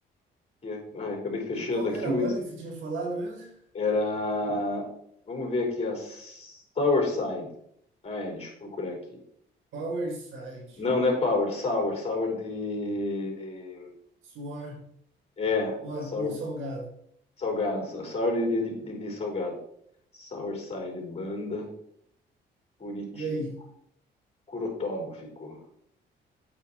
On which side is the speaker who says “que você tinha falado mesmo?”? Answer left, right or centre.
Right